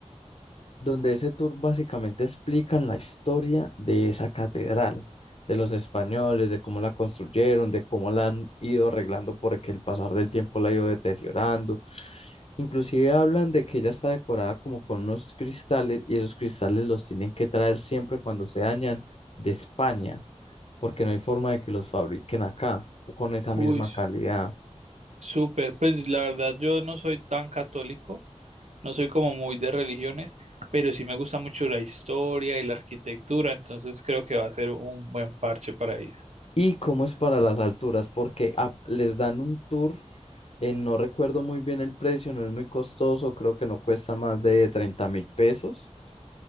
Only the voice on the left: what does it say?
donde ese tour básicamente explican la historia de esa catedral, de los españoles, de cómo la construyeron, de cómo la han ido arreglando porque el pasar del tiempo la ha ido deteriorando. Inclusive hablan de que ella está decorada como con unos cristales y esos cristales los tienen que traer siempre cuando se dañan de España, porque no hay forma de que los fabriquen acá o con esa
misma calidad.
¿Y cómo es para las alturas? Porque a- les dan un tour Eh, no recuerdo muy bien el precio, no es muy costoso, creo que no cuesta más de treinta mil pesos.